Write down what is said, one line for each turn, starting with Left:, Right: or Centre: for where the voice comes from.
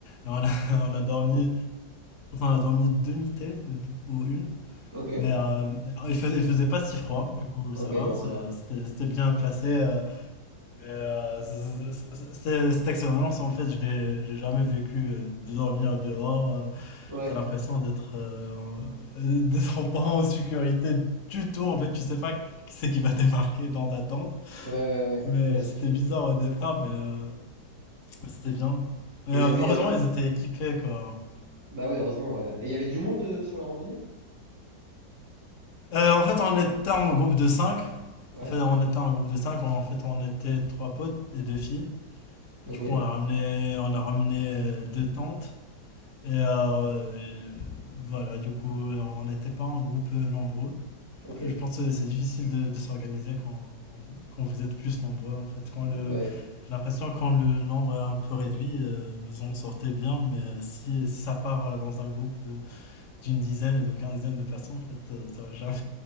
Left: on a, <laughs> on a dormi enfin, on a dormi deux nuitées ou, deux- ou une,
Right: ok,
Left: mais euh, il faisait il faisait pas si froid. Du coup,
Right: ok,
Left: ça va,
Right: bon,
Left: c'est-
Right: ça va.
Left: c'était c'était bien passé. euh, mais euh, c- c- c- c'est- cette expérience, en fait, je l'ai j'ai jamais vécu euh, de dormir dehors. euh,
Right: Ouais,
Left: T'as l'impression d'être euh, en- euh, d'être en- pas en sécurité du tout. En fait, tu sais pas qui c'est qui va débarquer dans ta tente.
Right: ouais, ouais, ouais, ouais.
Left: Mais
Right: je vois ce
Left: c'était
Right: que tu veux
Left: bizarre
Right: dire.
Left: au départ, mais, euh, mais c'était bien. Mais
Right: Et il
Left: euh,
Right: y avait.
Left: heureusement,
Right: euh,
Left: ils étaient équipés, quoi.
Right: Bah ouais, heureusement, ouais. Et il y avait du monde euh, sur la randonnée?
Left: Euh, en fait, on était en groupe de cinq
Right: Ouais,
Left: En fait, on était en groupe de cinq En fait, on était trois potes et deux filles.
Right: ok,
Left: Du coup, on a ramené, on a ramené euh, deux tentes. Et, euh, euh, voilà, du coup, on n'était pas un groupe euh, nombreux.
Right: ok.
Left: Je pense que c'est difficile de, de s'organiser quand, quand vous êtes plus nombreux, en fait. Quand
Right: Bah
Left: le,
Right: ouais,
Left: j'ai l'impression que quand le nombre est un peu réduit, euh, vous en sortez bien, mais si, si ça part euh, dans un groupe de- d'une dizaine et de quinzaine de personnes, en fait, euh, ça va jamais,